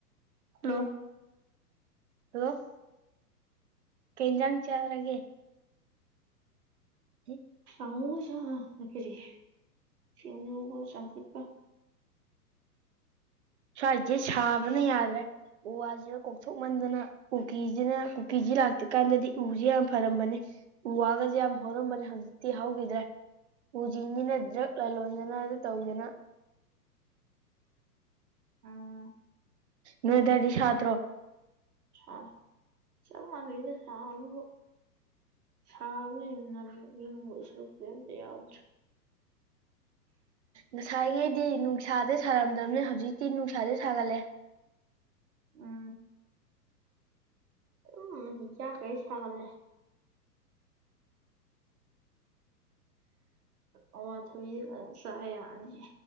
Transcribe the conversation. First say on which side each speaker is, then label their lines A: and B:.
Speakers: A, on the right; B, on the right.
A: ꯍꯂꯣ
B: ꯍꯜꯂꯣ ꯀꯩ ꯏꯟꯖꯥꯡ ꯆꯥꯔꯒꯦ <unintelligible>
A: <unintelligible> ꯁꯤꯡꯖꯨꯒ ꯆꯝꯐꯨꯠꯀ
B: ꯁ꯭ꯋꯥꯏꯖꯦ ꯁꯥꯕꯅ ꯌꯥꯗ꯭ꯔꯦ ꯎ ꯋꯥꯖꯤꯒ ꯀꯣꯛꯊꯣꯛꯃꯟꯗꯅ ꯀꯨꯀꯤꯖꯤꯅ ꯀꯤꯖꯦ ꯂꯥꯛꯇ꯭ꯔꯤ ꯀꯥꯟꯗꯗꯤ ꯎꯖꯦ ꯌꯥꯝ ꯐꯔꯝꯕꯅꯦ ꯎ ꯋꯥꯒꯖꯦ ꯌꯥꯝ ꯍꯧꯔꯝꯕꯅꯦ ꯍꯧꯖꯤꯛꯇꯤ ꯍꯧꯒꯤꯗ꯭ꯔꯦ ꯎꯖꯤꯅꯤꯅ ꯗ꯭ꯔꯛ ꯂꯂꯣꯟꯗꯅ ꯑꯗꯨ ꯇꯧꯗꯅ
A: ꯎꯝ
B: ꯅꯣꯏ ꯑꯗꯥꯏꯗꯤ ꯁꯥꯗ꯭ꯔꯣ
A: ꯁꯥꯔꯦ ꯆꯞ ꯃꯥꯟꯅꯩꯗ ꯁꯥꯕꯕꯨ ꯁꯥꯕꯅ ꯍꯦꯟꯅ ꯅꯝꯃꯦ ꯏꯪꯕꯒꯤ ꯁꯔꯨꯛꯇꯤ ꯑꯃꯇ ꯌꯥꯎꯗ꯭ꯔꯦ
B: ꯉꯁꯥꯏꯉꯩꯗꯤ ꯅꯨꯡꯁꯥꯥꯖꯦ ꯁꯥꯔꯝꯗꯕꯅꯦ ꯍꯧꯖꯤꯛꯇꯤ ꯅꯨꯡꯁꯥꯥꯖꯦ ꯁꯥꯒꯠꯂꯦ
A: ꯎꯝ ꯑꯗꯨꯝ <unintelligible> ꯀꯩ ꯁꯥꯒꯠꯂꯦ ꯑꯋꯥ ꯊꯕꯤꯖꯦ ꯐꯖꯅ ꯆꯥ ꯌꯥꯔꯅꯤ